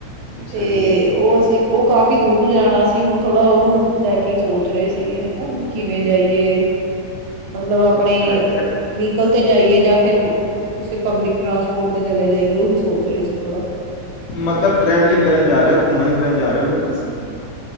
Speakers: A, on the left; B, on the right.
A: ਅੱਛਾ
B: ਤੇ
A: ਜੀ
B: ਓ ਅਸੀਂ, ਉਹ ਕਾਫੀ ਦੂਰ ਜਾਣਾ ਸੀ ਹੁਣ ਥੋੜਾ ਓਨੂੰ ਲੈ ਕੇ ਸੋਚ ਰਹੇ ਸੀਗੇ ਹਨਾ ਵੀ, ਕਿਵੇਂ ਜਾਈਏ? ਮਤਲਬ ਆਪਣੇ
A: ਅੱਛਾ ਟਰ-
B: ਵਹੀਕਲ ਤੇ ਜਾਈਏ ਜਾਂ ਫਿਰ, ਕਿਸੇ ਪਬਲਿਕ ਟਰਾਂਸਪੋਰਟ ਤੇ ਚਲੇ ਜਾਈਏ ਓਹੀ ਸੋਚ ਰਹੇ ਸੀ ਥੋੜਾ
A: ਮਤਲਬ ਟਰੈਵਲਿੰਗ ਕਰਨ ਜਾ ਰਏ ਓ ਘੁੰਮਨ ਫਿਰਨ ਜਾ ਰਏ ਓ ਫਿਰ ਤੁਸੀਂ